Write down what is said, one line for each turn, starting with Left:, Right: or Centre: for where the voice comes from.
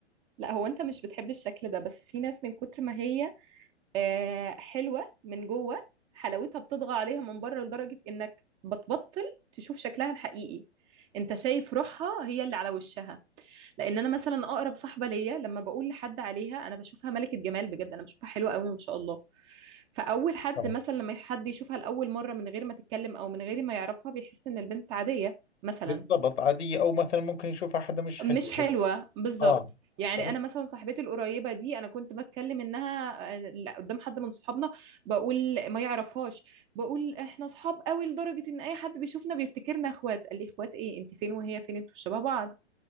Right: لا هو أنت مش بتحب الشكل ده بس في ناس من كتر ما هي آه، حلوة من جوه حلاوتها بتطغى عليها من بره لدرجة انك بتبطل تشوف شكلها الحقيقي انت شايف روحها هي اللي على وشها لان انا مثلا اقرب صاحبة ليا لما بقول لحد عليها انا بشوفها ملكة جمال بجد انا بشوفها حلوة قوي ما شاء الله فاول حد
Left: آه.
Right: مثلا لما حد يشوفها لاول مرة من غير ما تتكلم او من غير ما يعرفها بيحس ان البنت عادية مثلا
Left: بالضبط عادية او مثلا ممكن يشوفها حدا مش حلو
Right: مش حلوة بالظبط
Left: اه
Right: يعني
Left: ف-
Right: انا مثلا صاحبتي القريبه دي انا كنت بتكلم انها آه، لا، قدام حد من صحابنا بقول ما يعرفهاش بقول احنا صحاب قوي لدرجه ان اي حد بيشوفنا بيفتكرنا اخوات قال لي اخوات ايه انت فين وهي فين انتوا مش شبه بعض